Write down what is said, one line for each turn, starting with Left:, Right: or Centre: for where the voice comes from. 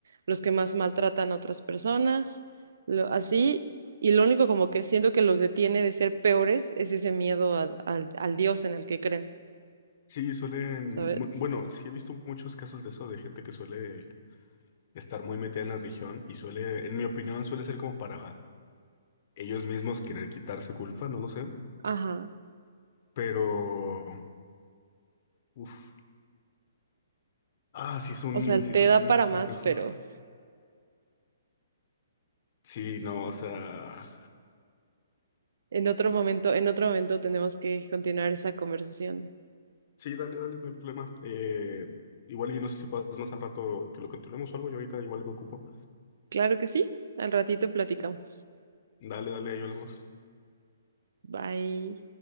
Right: los que más maltratan a otras personas, lo- así. Y lo único como que siento que los detiene de ser peores es ese miedo a- al al Dios en el que creen,
Left: Sí, suelen,
Right: ¿sabes?
Left: mu- bueno, sí he visto muchos casos de eso, de gente que suele estar muy metida en la religión y suele, en mi opinión, suele ser como para ellos mismos querer quitarse culpa, no lo sé,
Right: Ajá.
Left: pero uff, ah, sí es un,
Right: O sea, te
Left: sí es un
Right: da
Left: tema
Right: para
Left: muy
Right: más,
Left: complejo.
Right: pero
Left: Sí, no, o sea,
Right: en otro momento, en otro momento tenemos que continuar esta conversación.
Left: sí, dale, dale, no hay problema. Eh, igual y no sé si puedas más al rato que lo continuemos o algo, yo ahorita igual me ocupo.
Right: Claro que sí. Al ratito platicamos.
Left: Dale, dale, ahí hablamos.
Right: Bye.